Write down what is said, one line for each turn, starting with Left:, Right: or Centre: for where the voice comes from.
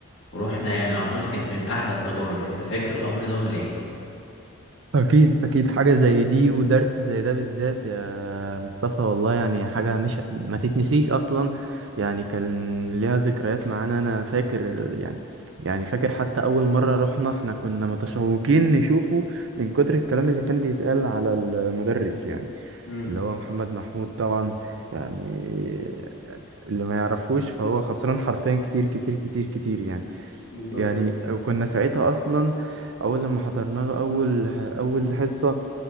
Left: ورحنا يعني اعتقد كانت من احلى التجارب يعني انت فاكر الامر ده ولا ايه
Right: أكيد أكيد حاجة زي دي ودرس زي ده بالذات يا مصطفى والله يعني حاجة مش ما تتنسيش أصلا يعني كان ليها ذكريات معانا أنا فاكر يعني يعني فاكر حتى أول مرة رحنا احنا كنا متشوقين نشوفه من كتر الكلام اللي كان بيتقال على المدرس يعني
Left: امم
Right: اللي هو محمد محمود طبعا يعني يعني اللي ما يعرفوش فهو خسران حرفيا كتير كتير كتير كتير يعني
Left: بالظبط
Right: يعني كنا ساعتها اصلا اول لما حضرنا له اول اول حصة